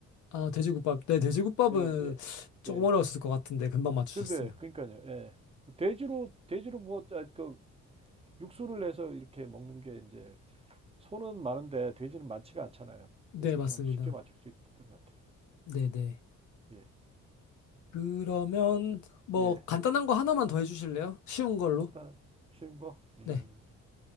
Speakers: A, on the left; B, on the right.
A: 아, 돼지국밥. 네, 돼지국밥은
B: 예, 예,
A: 조금
B: 예.
A: 어려웠을 것 같은데 금방 맞추셨어요.
B: 근데 그러니까요. 예. 돼지로 돼지로 뭐그 육수를 내서 이렇게 먹는 게 이제 소는 많은데 돼지는 많지가 않잖아요.
A: 네,
B: 그래서
A: 맞습니다.
B: 그건 쉽게 맞출 수 있었던 것 같아요.
A: 네, 네.
B: 예.
A: 그러면 뭐
B: 예.
A: 간단한 거 하나만 더 해주실래요? 쉬운 걸로.
B: 간단한 쉬운 거. 음.
A: 네,